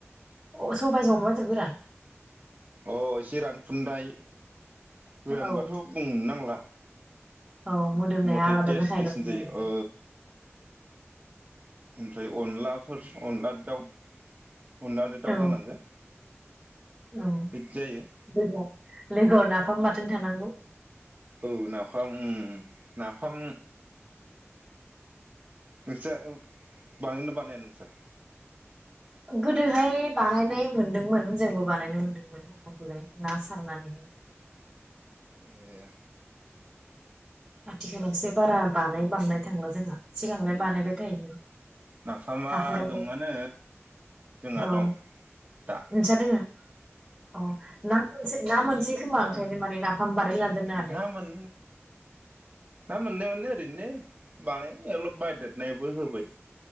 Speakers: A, in the centre; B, on the right (about 30°).
A: अ सबायजों अमा बेदर गोरान।
B: अ एसे रानफुनन्दाय गोरानबाथ
A: औ
B: बुंनो नांला।
A: औ मोदोमनाया
B: होमबाथाय
A: आलादा
B: टेस
A: जाखायो
B: टेस
A: नङा होमबा?
B: होन जायो ओ। ओमफ्राय अनलाफोर अनला दाउ। उनला दो दाव
A: औ
B: जानांगो।
A: औ
B: बिदि जायो
A: लोगो लोगोआव नाफाम बा थोन थानांगौ
B: औ नाफाम उम नाफाम नोंसा बानायोना बानाया नोंसा?
A: गोदोहाय बानायनाय मोनदोंमोन जोंबो बानायनो मोनदोंमोन नाफाम खौलाय ना सारनानैहाय
B: ए
A: आथिखालावसो बारा बानाय बांनाय थांला जोंहा सिगांलाय
B: उम
A: बानायबाय थायोमोन
B: नाफामा
A: हाखराल
B: दंआनो जोंहा
A: औ
B: दं दा
A: नोंसा दोङो औ ना मोनसै ना मोनसै खोमा ओंखायनो माने नाफाम बानाय लाना दोननो हादो
B: ना मोन ना मोननाय माने ओरैनो बानायबाय अलब बायदेरनायबो होबाय